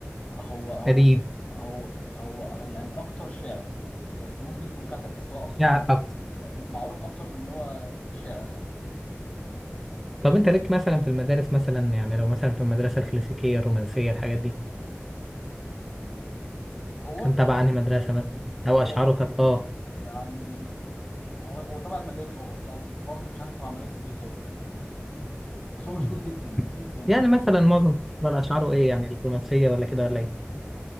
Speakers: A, on the left; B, in the centre.
A: هو هو
B: أديب
A: هو هو يعني اكتر شاعر بس ممكن يكون كتب بس هو اكتر
B: شعر أكتر
A: معروف اكتر بان هو شاعر يعني
B: طب أنت لك مثلا في المدارس مثلا يعني لو مثلا في المدرسة الكلاسيكية الرومانسية الحاجات دي
A: هو
B: كان تبع أنهي مدرسة مثلا أو
A: هو
B: أشعاره كانت آه
A: يعني هو هو تبع المدارس اه بس برضه مش عارف تبع المدارس ايه بالظبط بس هو مشهور
B: <laughs>
A: جدا جدا يعني.
B: يعني مثلا معظم الشعراء أشعاره إيه يعني الرومانسية ولا كده ولا إيه